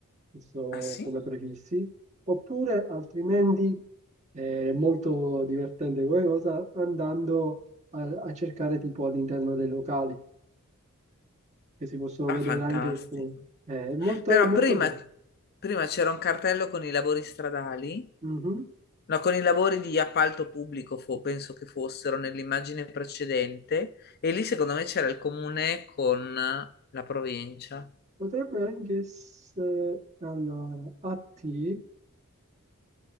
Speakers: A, on the right; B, on the left.
A: che so,
B: Ah sì?
A: come prefissi, oppure altrimenti è molto divertente come cosa andando a, a cercare tipo all'interno dei locali, che si possono
B: Ah,
A: vedere
B: fantastico.
A: anche alcune. È molto,
B: Però
A: è molto
B: prima,
A: bello.
B: prima c'era un cartello con i lavori stradali,
A: Mhm.
B: no, con i lavori di appalto pubblico, fo- penso che fossero nell'immagine precedente, e lì secondo me c'era il comune con la provincia.
A: Potrebbe anche essere allora a te